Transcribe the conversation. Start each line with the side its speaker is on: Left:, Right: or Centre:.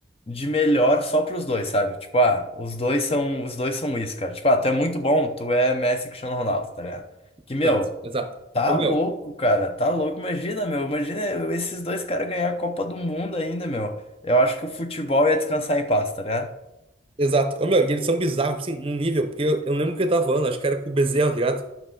Left: de melhor só pros dois, sabe? Tipo, ah, os dois são, os dois são isso, cara. Tipo, ah, tu é muito bom, tu é Messi e Cristiano Ronaldo, tá ligado? Que, meu,
Right: Exato, exato.
Left: tá
Right: Ô, meu.
Left: louco, cara, tá louco. Imagina, meu, imagina esses dois caras ganhar a Copa do Mundo ainda, meu. Eu acho que o futebol ia descansar em paz, tá ligado?
Right: Exato. Ô, meu, e eles são bizarros, tipo assim, num nível, porque eu, eu lembro o que eu tava falando, acho que era com o Bezerra, tá ligado?